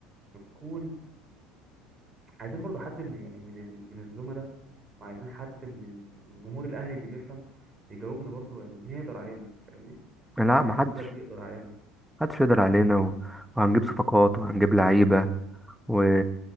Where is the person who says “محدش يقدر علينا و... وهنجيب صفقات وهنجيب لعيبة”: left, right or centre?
Centre